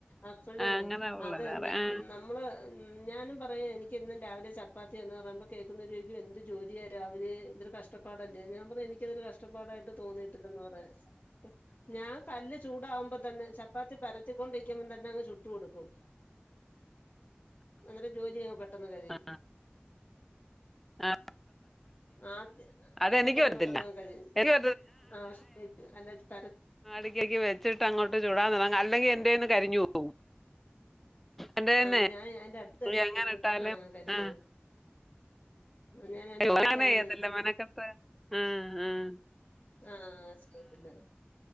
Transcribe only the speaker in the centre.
അങ്ങനെ ഉള്ളതാറ്
ആ
ആ ആ,
അതെനിക്ക്
വരത്തില്ല
എനിക്ക്
ആടിക്കൊക്കെ വെച്ചിട്ട് അങ്ങോട്ട് ചൂടാറിങ്ങ് അല്ലെങ്കി എന്റെന്ന് കരിഞ്ഞു പോവും എന്റെ തന്നെ
എങ്ങനെ
ഇട്ടാലും
ആഹ്
<unintelligible>
തല്ല മനക്കത്ത് ആഹ് ആഹ്